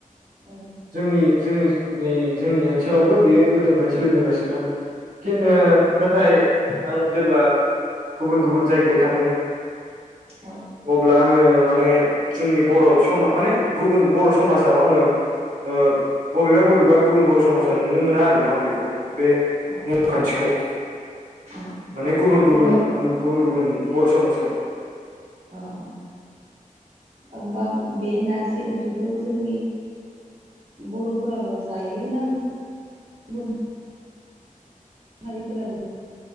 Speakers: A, on the right (about 50°); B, on the right (about 65°).
A: उम
B: जोंनि जोंनि नै जोंनि ओनसोलावबो बेयो गोदोनिफ्रायनो सोलिबोगासिनो आरो। खिन ओ
A: औ
B: नाथाय आं जेब्ला गुबुन गुबुन जायगायाव थाङो
A: औ
B: अब्ला आङो माने जोंनि बर' सम माने गुबुन बर' समाजाव आङो ओ बबेबा बबेबा गुबुन बर' समाजा नुनो मोना आरोना बेखौ बे
A: औ
B: नेमखान्थिखौ।
A: औ
B: माने गुबुन गुबुन
A: होमबा
B: आं गुबुन गुबुन बर' समाजाव
A: औ औ होनबा बे नारजि ओंख्रिखौ जोंनि बर'फोराल' जायो ना गुबुन हारिफोराबो